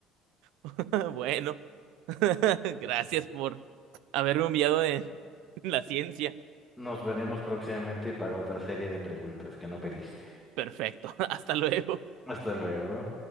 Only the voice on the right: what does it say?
<laughs> Bueno. <laughs> Gracias por haberme humillado en la ciencia.
Perfecto. <laughs> Hasta luego.